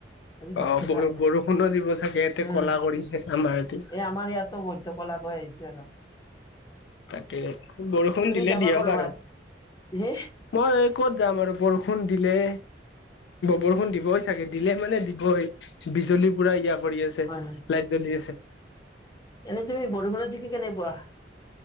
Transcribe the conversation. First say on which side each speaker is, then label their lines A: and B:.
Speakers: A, on the left; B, on the left.
A: আজি
B: অ
A: ঘৰতে
B: বৰ
A: থাক,
B: বৰষুণো দিব চাগে ইয়াতে
A: উম
B: ক'লা কৰিছে আমাৰ ইয়াতে
A: এই আমাৰ ইয়াতো ব- ত কলা কৈ আহিছে আৰু।
B: তাকে, বৰষুণ
A: তুমি
B: দিলে
A: যাবা
B: দিয়ক
A: কৰ'বাত
B: আৰু।
A: হে
B: মই এই ক'ত যাম আৰু বৰষুণ দিলে। বৰষুণ দিবই চাগে, দিলে মানে দিবই, বিজুলী পুৰা ইয়া কৰি আছে।
A: হয়
B: লাইট জ্বলি আছে।
A: এনেই তুমি বৰষুণত যিকি কেনে পোৱা?